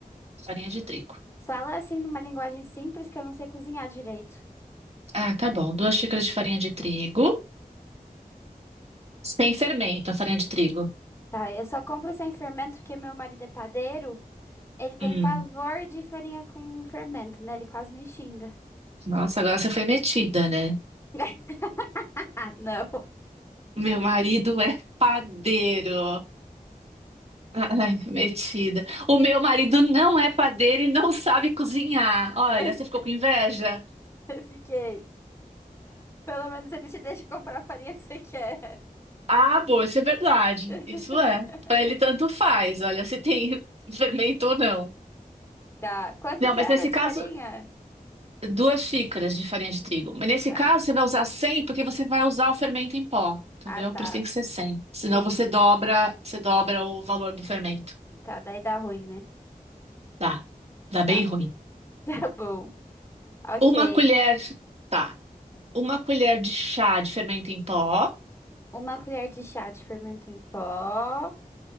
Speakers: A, on the right; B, on the left.
A: farinha de trigo.
B: Fala assim numa linguagem simples que eu não sei cozinhar direito.
A: Ah, tá bom. Duas xícaras de farinha de trigo, sem fermento, a farinha de trigo.
B: Tá, eu só compro sem fermento porque meu marido é padeiro. Ele tem
A: Hum,
B: pavor de farinha com fermento, né? Ele quase me xinga.
A: nossa, agora você foi metida, né?
B: <laughs> Ah, não.
A: Meu marido é padeiro. Ai, metida. O meu marido não é padeiro e não sabe cozinhar. Olha,
B: <laughs>
A: você ficou com inveja?
B: Fiquei. Pelo menos ele te deixa comprar a farinha que você quer.
A: Ah, boa, isso é verdade.
B: <laughs>
A: Isso é. Para ele tanto faz, olha, se tem <laughs> fermento ou não.
B: Tá. Quanto
A: Não,
B: que
A: mas
B: era
A: nesse
B: de
A: caso,
B: farinha?
A: duas xícaras de farinha de trigo. Mas nesse
B: Tá.
A: caso, você vai usar 100 porque você vai usar o fermento em pó, entendeu?
B: Ah, tá.
A: Por isso tem que ser 100. Senão
B: Sim.
A: você dobra, você dobra o valor do fermento.
B: Tá, daí dá ruim, né?
A: Dá. Dá
B: Tá.
A: bem ruim.
B: <laughs> Tá bom. Ok.
A: Uma colher, tá. Uma colher de chá de fermento em pó.
B: Uma colher de chá de fermento em pó.